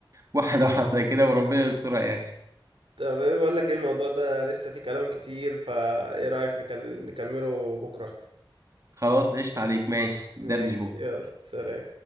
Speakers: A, on the right; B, on the right.
A: واحده واحده كده وربنا يسترها يا اخي
B: طب إيه بقول لك ايه الموضوع ده لسه فيه كلام كتير فايه رأيك نكل... نكمله بكرة
A: خلاص قشطه عليك ماشي دردش
B: ماشي
A: بكره
B: يلا سلام